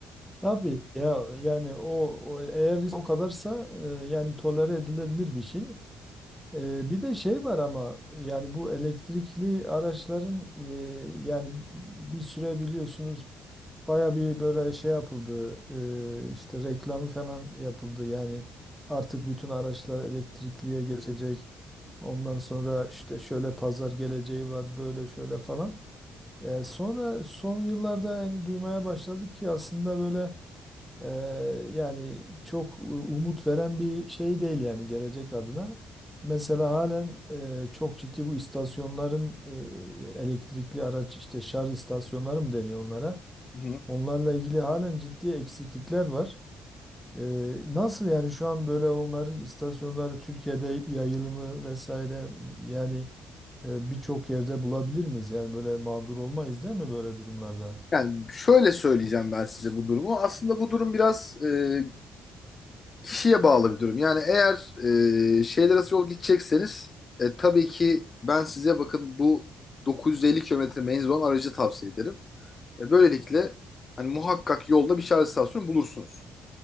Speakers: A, in the centre; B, on the left.
A: Tabii ya yani o, o eğer o kadarsa e, yani tolere edilebilir bir şey. Ee, bir de şey var ama yani bu elektrikli araçların e, yani bir süre biliyorsunuz baya bir böyle şey yapıldı e, işte reklamı falan yapıldı yani artık bütün araçlar elektrikliye geçecek ondan sonra işte şöyle pazar geleceği var böyle şöyle falan. E, sonra son yıllarda yani duymaya başladık ki aslında böyle ee, yani çok e, umut veren bir şey değil yani gelecek adına. Mesela halen e, çok ciddi bu istasyonların e, elektrikli araç işte şarj istasyonları mı deniyor onlara?
B: Hı hı.
A: Onlarla ilgili halen ciddi eksiklikler var. Ee, nasıl yani şu an böyle onların istasyonları Türkiye'de yayılımı vesaire yani e, birçok yerde bulabilir miyiz? Yani böyle mağdur olmayız değil mi böyle durumlarda?
B: Yani şöyle söyleyeceğim ben size bu durumu. Aslında bu durum biraz e, kişiye bağlı bir durum. Yani eğer e, şehirler arası yol gidecekseniz e, tabii ki ben size bakın bu 950 kilometre menzil olan aracı tavsiye ederim. E, böylelikle hani muhakkak yolda bir şarj istasyonu bulursunuz.